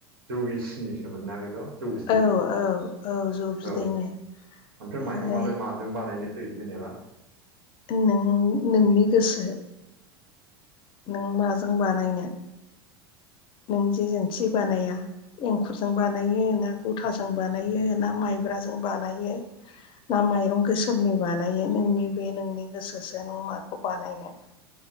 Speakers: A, on the right (about 70°); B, on the left (about 40°).
A: जौगिसिनिसोमोना बेथ' जौ बिदैनि
B: औ औ जौ बिदैनो
A: औ ओमफ्राय
B: ओमफ्राय
A: माइरंआलाय माजों बानायनो सै जेनेबा?
B: नों नोंनि नोंनि गोसो नों माजों बानायनो
A: <inaudible>
B: नों जेजों थि बानाया एंखुरजों बानायो ना गथाजों बानायो ना माइब्राजों जों बानायो ना माइरं गोसोमनि बानायो नोंनि बे नोंनि गोसोसो न माखौ बानायनो।।